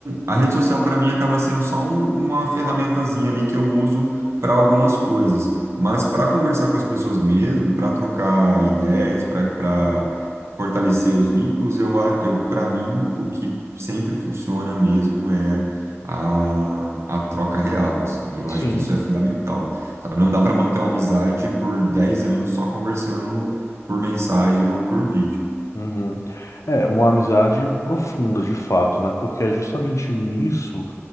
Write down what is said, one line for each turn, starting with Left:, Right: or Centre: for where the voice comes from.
Right: a rede social para mim acaba sendo só um- uma ferramentazinha ali que eu uso para algumas coisas, mas para conversar com as pessoas mesmo, para trocar ideias, para para fortalecer os vínculos, eu, a- eu para mim o que sempre funciona mesmo é a, a troca real, assim. E eu
Left: Sim.
Right: acho que isso é fundamental, sabe? Não dá para manter uma amizade por 10 anos só conversando por mensagem ou por vídeo.
Left: Uhum. É uma amizade profunda, de fato, né? Porque é justamente nisso